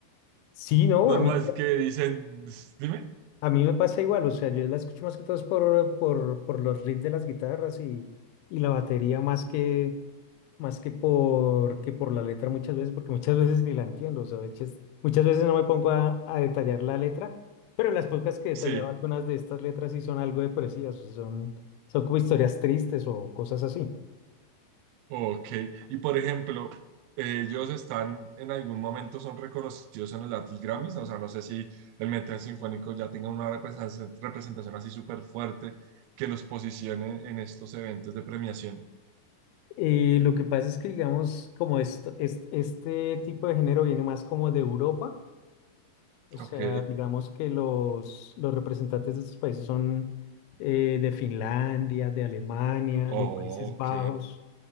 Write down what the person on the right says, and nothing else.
Normal
es que dicen, dime.
Sí,
ok. Y por ejemplo, ellos están en algún momento son reconocidos en los Latin Grammys, o sea, no sé si el metal sinfónico ya tenga una representación representación así súper fuerte que los posicione en estos eventos de premiación.
Ok,
ok.